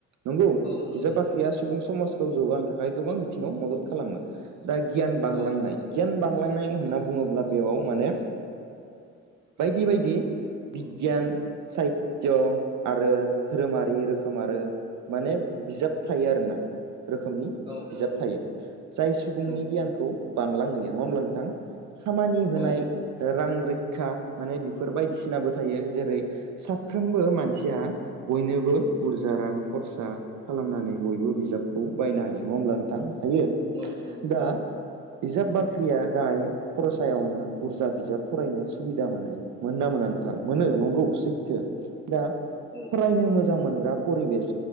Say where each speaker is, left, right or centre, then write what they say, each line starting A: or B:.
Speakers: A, on the right; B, on the right.
A: नंगौ
B: औ नंगौ
A: बिजाब बाख्रिया सुबुं स समाजखौ जौगानो थाखाय गोबां बिथिङाव मदद खालामो। दा गियान बांलांनाय
B: औ
A: गियान लांनाय होनना बुङोब्ला बेयाव माने बायदि बायदि बिगियान सायित्य आरो धोरोमारि रोखोम आरो माने बिजाब थायो आरोना। रोखोमनि
B: औ
A: बिजाब
B: औ नंगौ
A: थायो जाय सुबुंनि
B: औ
A: गियानखौ बांलां होयो नङा होमब्ला थां। खामानि होनाय
B: औ
A: ओ रां रैखा माने बेफोर बायदिसिनाबो थायो जेरै साफ्रोमबो मानसिया बयनोबो बुरजा रां खरसा खालामनानै बयबो बिजाबखौ बायनो हायो नङा होमब्ला नोंथां? हायो
B: औ औ।
A: दा बिजाब बाख्रिया दायो खर'सायावनो बुरजा बिजाब फरायनो सुबिदा मोनो मोना मोना नोंथां मोनो नंगौ। सैथो दा
B: औ
A: फरायनो मो मोजां मोनग्रा परिबेस